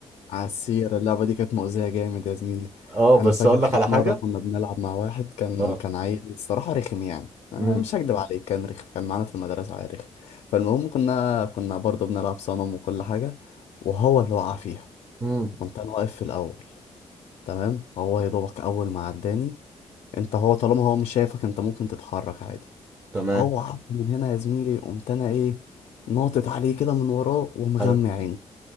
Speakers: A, on the left; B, on the right.
A: عالسيرة اللعبة دي كانت مؤذية جامد يا زميلي
B: اه بس
A: انا فاكر
B: اقول
A: في
B: لك على
A: في
B: حاجه
A: مرة كنا بنلعب مع واحد كان
B: اه
A: كان عيل الصراحة رخم يعني أنا
B: امم
A: مش هكدب عليك كان رخم كان معانا في المدرسة عيل رخم فالمهم كنا كنا برضه بنلعب صنم وكل حاجة وهو اللي وقع فيها
B: امم
A: كنت انا واقف في الاول تمام هو يا دوبك اول ما عداني انت هو طالما هو مش شايفك انت ممكن تتحرك عادي
B: تمام
A: هو عض من هنا يا زميلي قمت انا ايه ناطط عليه كده من وراه ومغمى
B: حلو.
A: عيني